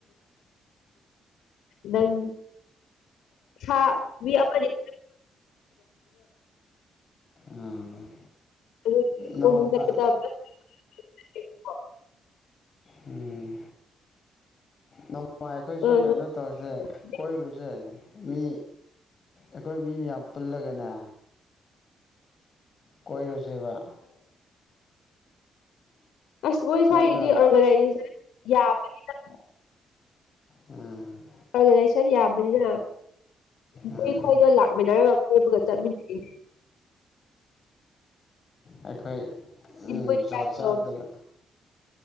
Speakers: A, on the left (about 80°); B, on the left (about 50°).
A: ꯅꯪ ꯥ ꯃꯤ ꯑꯄꯥꯖꯤꯦ
B: ꯎꯝ
A: ꯑꯗꯨ
B: ꯅꯣꯡꯃ ꯎꯝ ꯅꯣꯡꯃ ꯑꯩꯈꯣꯏꯁꯨ
A: ꯑꯗꯣ
B: ꯀꯩꯅꯣ ꯇꯧꯔꯁꯦ
A: ꯍꯧꯖꯤꯛ
B: ꯀꯣꯏꯔꯨꯁꯦ ꯃꯤ ꯑꯩꯈꯣꯏ ꯃꯤ ꯃꯌꯥꯝ ꯄꯨꯜꯂꯒꯅꯦ ꯀꯣꯏꯔꯣꯁꯦꯕ
A: ꯑꯥꯁ ꯃꯣꯏ
B: ꯀꯔꯝ
A: ꯁꯋꯥꯏꯒꯤꯗꯤ
B: ꯀꯥꯟ
A: ꯑꯣꯔꯒꯅꯥꯏꯖꯦꯁꯟ ꯌꯥꯝꯕꯅꯤꯅ
B: ꯎꯝ
A: ꯑꯣꯔꯒꯅꯥꯏꯖꯦꯁꯟ ꯌꯥꯝꯕꯅꯤꯅ
B: ꯎꯝ
A: ꯑꯩꯈꯣꯏꯗꯣ <inaudible> ꯂꯥꯛꯃꯤꯟꯅꯔꯒ ꯈꯣꯕꯒꯆꯥ ꯃꯤ <inaudible>
B: ꯑꯩꯈꯣꯏ
A: ꯏꯟꯄꯨꯏ
B: ꯆꯨꯒꯣꯠ
A: ꯇ꯭ꯔꯥꯏꯞꯇꯣ
B: ꯆꯗꯕ